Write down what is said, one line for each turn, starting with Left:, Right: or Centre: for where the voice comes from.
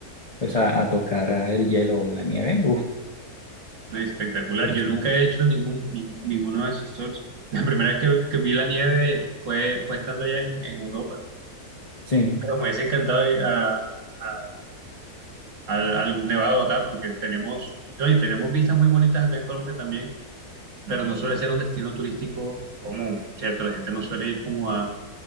Left: pues a, a tocar el hielo o la nieve. Uf,
Right: No, Espectacular,
Left: impresionante.
Right: yo nunca he hecho ningún, nin- ninguno de esos tours. <laughs> La primera vez que, que vi la nieve fue, fue estando allá en, en Europa,
Left: Sí.
Right: pero me hubiese encantado ir a, a- a algún nevado acá porque tenemos, no, y tenemos vistas muy bonitas acá en Colombia también, pero no suele ser un destino turístico común, ¿cierto? La gente no suele ir como a,